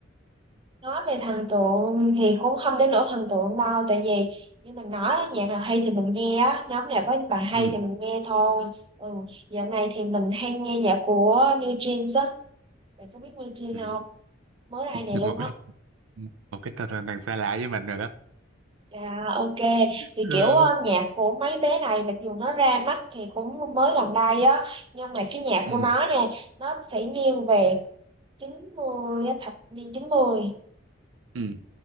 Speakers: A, on the right; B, on the right.
A: nói về thần tượng thì cũng không đến nỗi thần tượng đâu tại vì như mình nói á, nhạc nào hay thì mình nghe á nhóm nào có bài hay
B: ừ
A: thì mình nghe thôi ừ dạo này thì mình hay nghe nhạc của New Jeans á bạn có biết New Jeans
B: ừ
A: không mới đây
B: <laughs>
A: này luôn
B: một cái
A: á
B: một cái tên là đằng xa lạ với mình rồi đó
A: à ok thì
B: ừ
A: kiểu ờ, nhạc của mấy bé này mặc dù nó ra mắt thì cũng mới gần đây á nhưng mà cái nhạc
B: ừ
A: của nó nè nó sẽ nghiêng về 90 á, thập niên 90
B: ừ